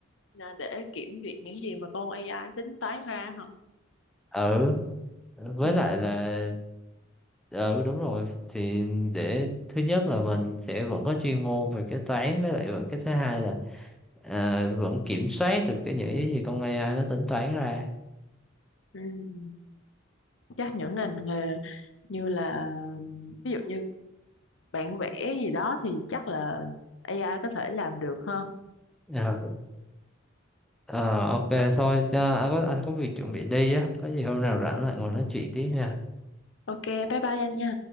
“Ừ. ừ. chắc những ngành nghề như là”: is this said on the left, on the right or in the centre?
Left